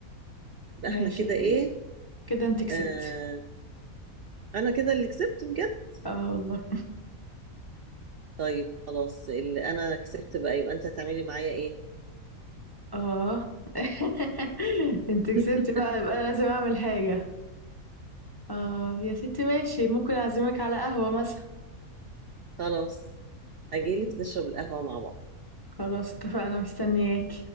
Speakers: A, on the right; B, on the left.
A: يبقى
B: ماشي
A: احنا كده ايه
B: كده انت كسبت
A: آه انا كده اللي كسبت بجد
B: اه والله
A: طيب خلاص اللي انا كسبت بقى يبقى انت هتعملي معايا ايه
B: اه <laughs> انت كسبت
A: <laughs>
B: بقى يبقى انا لازم اعمل حاجة اه يا ستي ماشي ممكن اعزمك على قهوة مثلا
A: خلاص هجيلك نشرب القهوة مع بعض
B: خلاص اتفقنا مستنياك